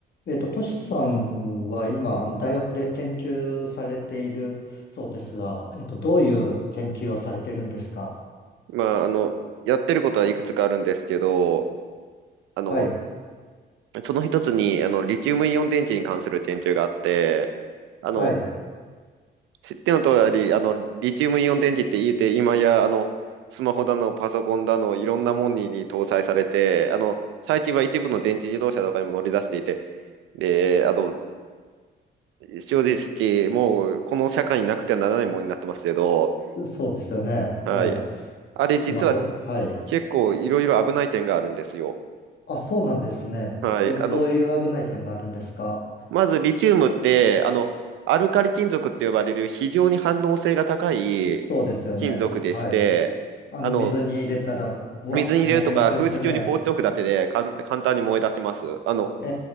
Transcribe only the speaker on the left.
えっと、トシさんは今、あの大学で研究されているそうですが、えっと、どういう研究をされてるんですか
はい、
はい、
そうですよね。
ええ、
スマホ、
はい。
あ、そうなんですね。
え、どういう危ない点があるんですか
そうですよね。
はい。あの、
水に入れたら、ブワーってなるやつですよね。
え